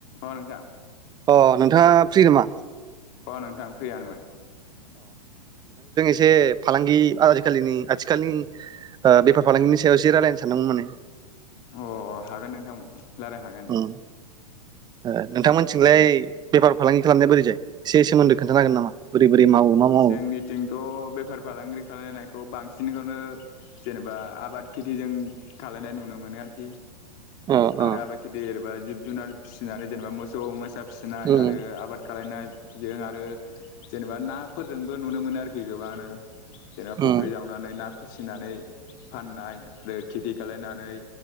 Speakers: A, on the left; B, on the right.
A: अ नोंथां
B: अ नोंथाङा फ्रि नामा
A: अ नोंथां फ्रियानोमोन
B: से फालांगि आजिखालिनि आथिखालनि बेफार फालांगिनि सायाव एसे रायलायनो सान्दोंमोन माने
A: अ हागोन नोंथां रायलाय हागोन
B: उम ओ नोंथांमोनथिंलाय बेफार फालांगि खालामनाया बोरैजाय एसे सोमोन्दो खोन्थानो हागोन नामा बोरै बोरै मावो मा मावो
A: जोंनिथिंथ' बेफार फालांगि खालायनायखौ खौ बांसिनखौनो जेनेबा आबाद खेथिजों खालानाय नुनो मोनो आरोखि
B: ओ
A: आरो
B: ओ
A: आबाद खेथि एरैबा जिब जुनार फिसिनानै जेनेबा मोसौ मोसा फिसिनाय
B: उम
A: आरो आबाद खालायनाय जों आरो जेनेबा ना फोरजोंबो नुनो मोनो आरोखि गोबाङानो जेनेबा फ'ख्रि
B: उम
A: जावनानै ना फिसिनानै फाननाय आरो खेथि खालायनानै